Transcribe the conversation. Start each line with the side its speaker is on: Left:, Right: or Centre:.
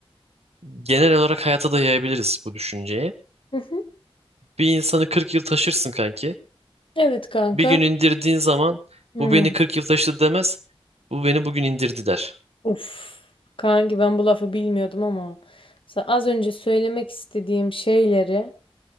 Right: Genel olarak hayata da yayabiliriz bu düşünceyi.
Left: hı. hı.
Right: Bir insanı 40 yıl taşırsın kanki.
Left: Evet kanka.
Right: Bir gün indirdiğin zaman
Left: Hı.
Right: bu beni 40 yıl taşıdı demez. Bu beni bugün indirdi der.
Left: Uf. Kanki ben bu lafı bilmiyordum ama sa- az önce söylemek istediğim şeyleri